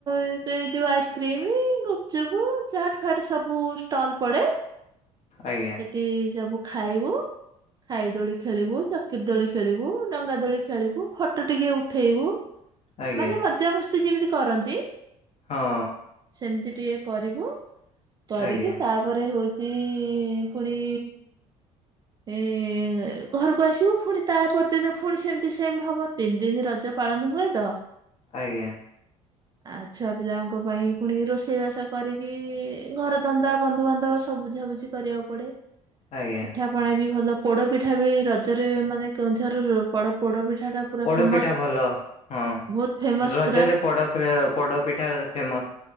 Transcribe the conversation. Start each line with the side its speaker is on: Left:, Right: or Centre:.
Right: ଏ ସେ ଯୋଉ ଆଇସ୍କ୍ରିମ ଗୁପଚୁପୁ। ଚାଟ୍ ଫାଟ ସବୁ ଷ୍ଟଲ ପଡେ।
Left: ଆଜ୍ଞା।
Right: ଇ ସବୁ ଖାଇବୁ ଖାଇ ଦୋଳି ଖେଳିବୁ ଚକିରି ଦୋଳି ଖେଳିବୁ। ଡଙ୍ଗା ଦୋଳି ଖେଳିବୁ ଫଟୋ ଟିକେ ଉଠେଇବୁ
Left: ଆଜ୍ଞା
Right: ମାନେ ମଜାମସ୍ତି ଯେମିତି କରନ୍ତି।
Left: ହଁ।
Right: ସେମିତି ଟିକିଏ କରିବୁ କରିକି
Left: ଆଜ୍ଞା
Right: ତାପ ଘରେ ହଉଛି ଫୁଣି ଏ ଘରକୁ ଆସିବୁ ଫୁଣି ତାପର ଦିନେ ଫୁଣି ସେମିତି ସେମ୍ ହବ ତିନି ଦିନ ରଜ ପାଳନ ହୁଏ ତ
Left: ଆଜ୍ଞା।
Right: ହ <unintelligible> ଆ ଛୁଆ ପିଲାଙ୍କ ପାଇଁ ପୁଣି ରୋଷେଇ ବାସ କରିକି ଘର ଧନ୍ଦା ବନ୍ଧୁବାନ୍ଧବ ସବ ବୁଝାବୁଝି କରିବାକୁ ପଡେ
Left: ଆଜ୍ଞା
Right: ପିଠା ପଣା ବି ଭଲ ପୋଡ ପିଠା ବି ରଜରେ ମାନେ କେ- ଝରରୁ ପଡ଼ ପୋଡ ପିଠା ଟା ପୁରା
Left: ପୋଡପିଠା
Right: ଫେମସ
Left: ଭଲ ହଁ
Right: ବହୁତ ଫେମସ
Left: ରଜରେ
Right: ପୁରା
Left: ପୋଡପିଠା ଫେମସ‌।